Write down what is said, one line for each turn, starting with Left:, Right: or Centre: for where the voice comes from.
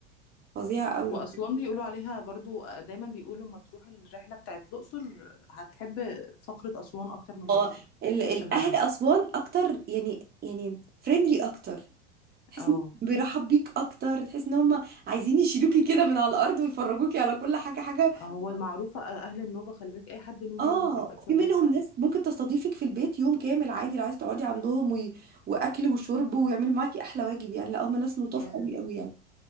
Right: فظيعه قوي
Left: واسوان بيقولوا عليها برضو دايما بيقولوا ما تروح الرحله بتاعت الاقصر هتحب فقره اسوان اكتر من
Right: اه
Left: الاقصر
Right: ال- الاهل
Left: عشان هاديه
Right: اسوان اكتر يعني يعني فريندلي اكتر تحس
Left: اه
Right: ان بيرحب بيك اكتر تحس ان هم عايزين يشيلوكي كده من على الارض ويفرجوكي على كل حاجه حاجه
Left: آه، هو المعروفه اهل النوبه خلي بالك اي حد نوبي
Right: اه
Left: بيبقى كويس
Right: في منهم
Left: فعلا
Right: ناس ممكن تستضيفك في البيت يوم كامل عادي لو عايز تقعدي عندهم وي... واكل وشرب ويعملوا معاكي احلى واجب يعني لا هم ناس لطاف
Left: ياه
Right: قوي قوي يعني